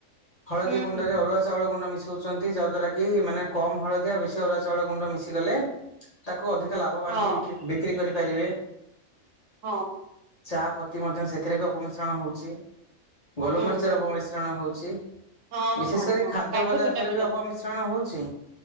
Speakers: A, on the left (about 35°); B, on the right (about 75°).
A: ହଳଦୀ
B: ହୁଁ ହୁଁ
A: ଗୁଣ୍ଡରେ
B: ହୁଁ
A: ଅରୁଆ ଚାଉଳ ଗୁଣ୍ଡ ମି ମିଶଉଛନ୍ତି ଯା ଦ୍ଵାରା କି ମାନେ କମ ହଳଦିଆ ବେଶୀ ଅରୁଆ ଚାଉଳ ଗୁଣ୍ଡ ମିଶିଗଲେ ତା ତାକୁ ଅଧିକ ଲାଭବାନ
B: ହଁ
A: ହେଇ ବି ବିକ୍ରି କରି ପାରିବେ।
B: ହଁ।
A: ଚା ପତି ମଧ୍ୟ ସେଥିରେ ବି ଅପ ମିଶ୍ରଣ ହଉଚି। ଗୋଲମରିଚରେ
B: ହୁଁ ହୁଁ
A: ଅପମିଶ୍ରଣ ହଉଛି
B: ହଁ
A: ବିଶେଷ
B: ହଁ
A: କରି
B: ହଁ
A: ଖାଦ୍ୟ
B: କାଠ
A: ପଦାର୍ଥରେ
B: କୁଟା
A: ବି
B: ରଖ
A: ଅପମିଶ୍ରଣ ହଉଛି।